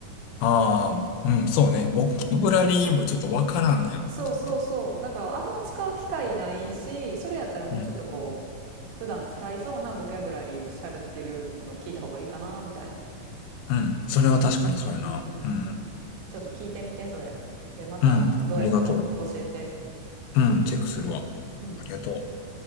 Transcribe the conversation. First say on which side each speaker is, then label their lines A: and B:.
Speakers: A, on the left (about 80°); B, on the right (about 85°).
A: ああ、うん、そうね。ボキャブラリーもちょっとわからんねやろうね、
B: そうそうそうだからあんま使う機会ないしそれやったらもうちょっとこう
A: きっと。うん。
B: 普段使いそうなボキャブラリーを喋ってるのを聞いた方がいいかなみたいな。
A: うん。それは確かにそうやな。
B: うんうん。
A: うんうん。
B: ちょっと聞いてみて、それ。で、またどうやったか教えて。
A: うん。ありがとう。うん、チェックするわ。
B: うん。
A: ありがとう。